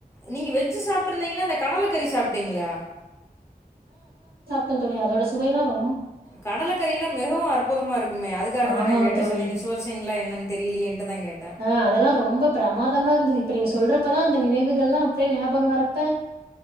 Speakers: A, on the left; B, on the right.
A: நீங்க வெஜ் சாப்ட்ருந்தீங்னா இந்த கடலக்கறி சாப்ட்டீங்ளா
B: இல்ல தோழி அதோட சுவைல்லா ரொ
A: கடலக்கறி எல்லா மிகவு அற்புதமா இருக்குமே அதுக்காக
B: ஆமாங்க
A: தா நா கேட்ட
B: தோழி.
A: நீங்க சுவைச்சிங்ளா என்னன் தெரிய்லியேன்ட்டுதா கேட்ட
B: ஆ அதெல்லாம் ரொம்ப பிரமாதமா இப்ப நீங்க சொல்றப்பதா அந்த நினைவுகள்ளா அப்டே ஞாபக வரப்ப